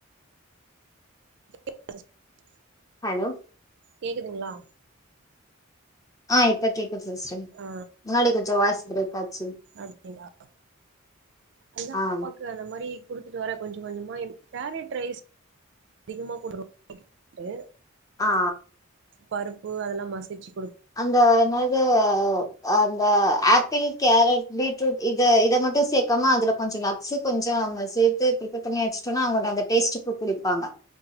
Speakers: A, on the right; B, on the left.
A: <inaudible>
B: ஹலோ
A: கேக்குதுங்களா
B: ஆ இப்ப கேக்குது சிஸ்டர்
A: ஆ
B: முன்னாடி கொஞ்சோ வாய்ஸ் ப்ரேக் ஆச்சி
A: அப்டியா அதுதா
B: ஆ
A: பாப்பாக்கு அந்த மாரி குடுத்துட்டு வரே கொஞ்ச கொஞ்சமா இம் கேரட் ரைஸ் அதிகமா போடுறோ <inaudible> ட்டு
B: ஆ ஆ
A: பருப்பு அதெல்லா மசிச்சி
B: அங்க என்னது இது அந்த ஆப்பிள் கேரட் பீட்ரூட் இத இத மட்டு சேக்காம அதுல கொஞ்சோ நட் ஸ்ஸு கொஞ்ச நம்ம சேத்து பிரிப்பர் பண்ணி வச்சிட்டோனா அவுங்க <unintelligible> அந்த டேஸ்டுக் குடிப்பாங்க